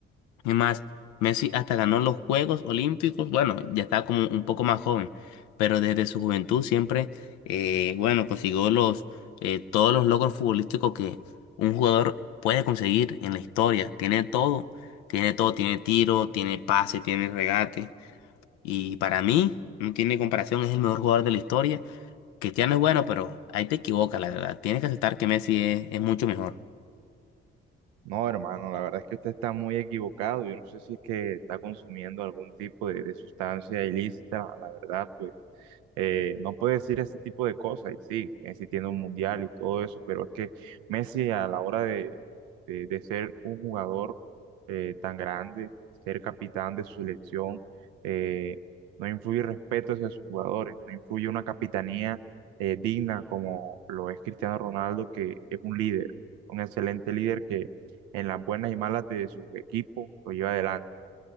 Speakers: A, on the left (about 65°); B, on the right (about 65°).
A: Es más, Messi hasta ganó los Juegos Olímpicos. Bueno, ya está como un poco más joven, pero desde su juventud siempre, eh, bueno, consiguió los, eh, todos los logros futbolísticos que un jugador puede conseguir en la historia. Tiene todo, tiene todo, tiene tiro, tiene pase, tiene regate. Y para mí, no tiene comparación, es el mejor jugador de la historia. Cristiano es bueno, pero ahí te equivocas, la verdad. Tienes que aceptar que Messi es, es mucho mejor.
B: No, hermano, la verdad es que usted está muy equivocado. Yo no sé si es que está consumiendo algún tipo de, de sustancia ilícita. La verdad, pues eh, no puede decir ese tipo de cosas. Y sí, Messi tiene un mundial y todo eso, pero es que Messi a la hora de, de- de ser un jugador eh, tan grande, ser capitán de su selección, eh, no influye respeto hacia sus jugadores, no influye una capitanía eh, digna como lo es Cristiano Ronaldo, que es un líder, un excelente líder que en las buenas y malas de su equipo, lo lleva adelante.